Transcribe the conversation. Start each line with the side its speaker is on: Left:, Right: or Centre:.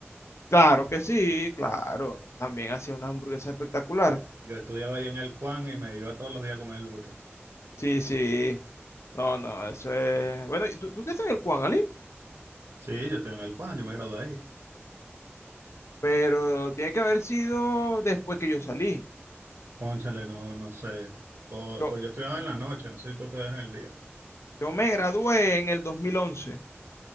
Left: Claro que sí, claro. También hacía una hamburguesa espectacular.
Right: Yo estudiaba ahí en el Cuan y me iba todos los días a comer el burro.
Left: Sí, sí. No, no, eso es. Bueno, ¿y tú, tú estás en el Juan Ali,
Right: Sí, yo estoy en el Cuan, yo me gradué ahí.
Left: pero tiene que haber sido después que yo salí.
Right: Cónchale, no, no sé. Po-
Left: Yo,
Right: Pues, yo estudiaba en la noche, no sé si tú estudias en el día.
Left: yo me gradué en el 2011.